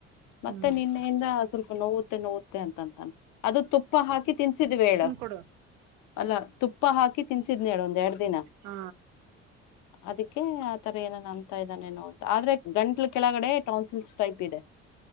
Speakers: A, on the left (about 65°); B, on the right (about 85°).
A: ಮತ್ತೆ
B: ಹ್ಮ್
A: ನಿನ್ನೆಯಿಂದ ಸ್ವಲ್ಪ ನೋವುತ್ತೆ ನೋವುತ್ತೆ ಅಂತಂತಾನ ಅದು ತುಪ್ಪ ಹಾಕಿ ತಿನ್ಸಿದ್ ಬೇೇಳ
B: ಕೊಡುವ
A: ಅಲ್ಲ ತುಪ್ಪ ಹಾಕಿ ತಿನ್ಸಿದ್ನೇಳ ಒಂದ ಎರಡ್ ದಿನ
B: ಹ
A: ಅದಕ್ಕೆ ಆ ತರ ಏನನ್ ಅನ್ಂತಾ ಇದ್ದಾನೇನು ಅಂತ ಆದ್ರೆ ಗಂಟ್ಲ್ ಕೆಳ ಕಡೆ ಟೌನ್ಸಲ್ ಟೈಪ್ ಇದೆ